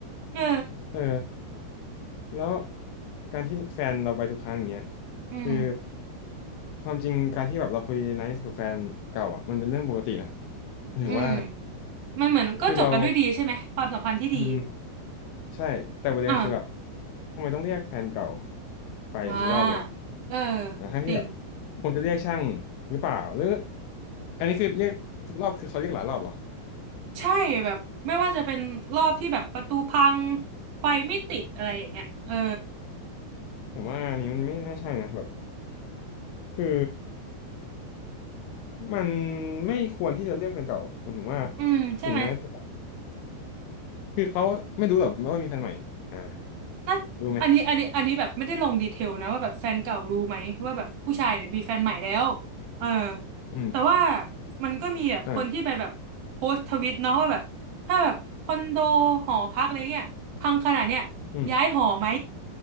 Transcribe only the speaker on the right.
เออ
อืม
อืมมันเหมือนก็จบกันด้วยดีใช่ไหมความสัมพันธ์ที่ดี
อ่า
อ่าเออ
จริง
ใช่แบบไม่ว่าจะเป็นรอบที่แบบประตูพังไฟไม่ติดอะไรอย่างเงี้ยเออ
อืมใช่ไหม
น่าอันนี้อันนี้อันนี้แบบไม่ได้ลงดีเทลนะ
ว่าแบบแฟนเก่ารู้ไหมว่าแบบผู้ชายเนี่ยมีแฟนใหม่แล้วเออ
แต่ว่ามันก็มีแบบคนที่ไป
แบบโพสต์ทวิตเนาะว่าแบบถ้าแบบคอนโดหอพักอะไรเงี้ยพังขนาดเนี้ย
ย้ายหอไหม